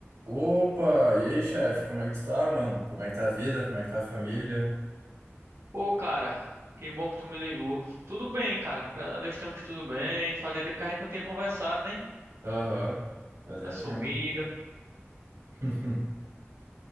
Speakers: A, on the right; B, on the right.
A: Opa, e aí, chefe, como é que tu tá, mano? Como é que tá a vida? Como é que tá a família?
B: Pô, cara, que bom que tu me ligou. Tudo bem, cara. Graças a Deus estamos tudo bem. Fazia tempo que a gente não tinha conversado, né?
A: Aham, fazia
B: Tá sumido.
A: tempo. <laughs>